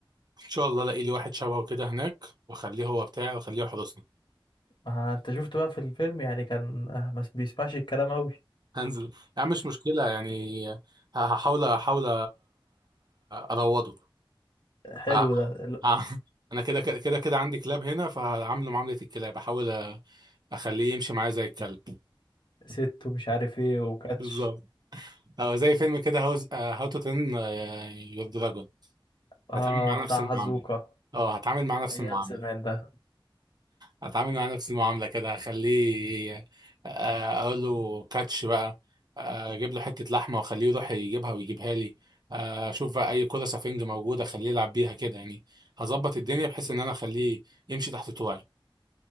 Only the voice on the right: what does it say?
ان شاء الله الاقي لي واحد شبهه كده هناك واخليه هو بتاعي واخليه يحرسني
<laughs> هنزل يا عم مش مشكله يعني ه- هحاول احاول اروضه
ه-
ه- انا كده كده كده كده عندي كلاب هنا فهعامله معامله الكلاب احاول اخليه يمشي معايا زي الكلب
بالظبط <laughs> او زي فيلم كده هاوز هاو تو ترين يور دراجون
هتعامل معاه
نفس المعامله
اه هتعامل معاه نفس
المعامله
اتعامل مع نفس المعامله كده اخليه آه، اقول له كاتش بقى آه، اجيب له حته لحمه واخليه يروح يجيبها ويجيبها لي آه، اشوف بقى اي كره سفنج موجوده اخليه يلعب بيها كده يعني هظبط الدنيا بحيث ان انا اخليه يمشي تحت طوعي